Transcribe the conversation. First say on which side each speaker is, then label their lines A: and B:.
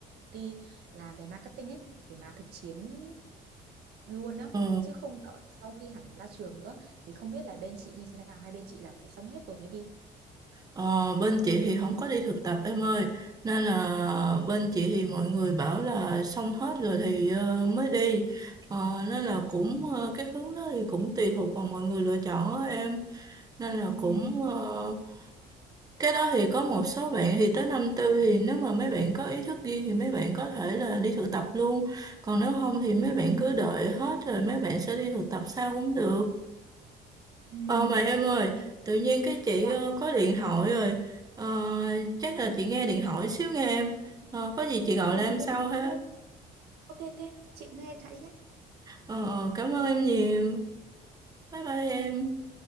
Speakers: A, on the right; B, on the right.
A: ty làm về marketing ấy để mà thực chiến luôn đó
B: ờ,
A: chứ không đợi sau khi hẳn ra trường nữa thì không biết là bên chị như thế nào hay bên chị là phải xong hết rồi mới đi
B: ờ, bên chị thì không có đi thực tập em ơi nên là bên chị thì mọi người bảo là xong hết rồi thì ờ, mới đi Ờ, nên là cũng ờ, cái hướng đó thì cũng tùy thuộc vào mọi người lựa chọn đó em nên là
A: ừ
B: cũng
A: ừ
B: ờ, cái đó thì có một số bạn thì tới năm tư thì nếu mà mấy bạn có ý thức riêng thì mấy bạn có thể là đi thực tập luôn còn nếu không thì mấy bạn
A: ừ
B: cứ đợi hết rồi mấy bạn sẽ đi thực tập sau cũng được
A: ừ.
B: Ờ mà em ơi,
A: nhé
B: tự nhiên cái chị
A: dạ
B: ờ, có điện thoại rồi, Ờ, chắc là chị nghe điện thoại xíu nghe em, Ờ, có gì chị gọi
A: vâng
B: lại
A: vâng
B: em
A: ok
B: sau ha.
A: chị nghe đi ok ok chị nghe điện thoại đi nhé
B: Ờ, ờ, cảm ơn em nhiều, bye bye
A: bye bye
B: em.